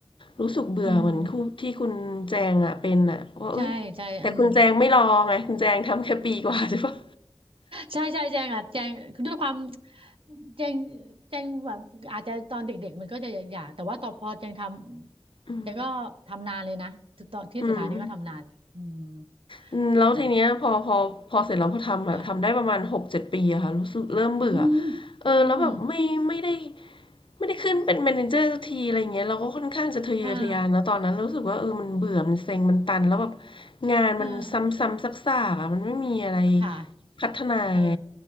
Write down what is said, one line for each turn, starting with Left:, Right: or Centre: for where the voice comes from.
Left: รู้สึกเบื่อเหมือนคู่ที่คุณแจงอะเป็นอะว่าเอ้ย
Right: อืมใช่ใช่อืม
Left: แต่คุณแจงไม่รอไงคุณแจงทำแค่ปีกว่า <laughs> ใช่ปะ
Right: ใช่ใช่แจงอ่ะแจงคือด้วยความแจงแจงแบบอาจจะตอนเด็กๆมันก็จะอยากแต่ว่าต่อพอแจงทำแจงก็ทำนานเลยนะตอนที่สุดท้ายนี้ก็ทำนานเลยอืม
Left: อืมอืม อืมแล้วทีเนี้ยพอพอพอเสร็จแล้วพอทำอะทำได้ประมาณ6-7ปีอะค่ะรู้สึกเริ่มเบื่อ
Right: แต่อ่ะอืม
Left: เออแล้วแบบไม่ไม่ได้
Right: อืมอืม
Left: ไม่ได้ขึ้นเป็น Manager สักทีอะไรอย่างเงี้ยเราก็ค่อนข้างจะทะเยอทะยานแล้วตอนนั้นเรารู้สึกว่าเออมันเบื่อมันเซ็งมันตันแล้วแบบ
Right: เออ
Left: งานมันซ้ำๆซากๆอะมันไม่มีอะไร
Right: เออค่ะ
Left: พัฒนาไง
Right: เออ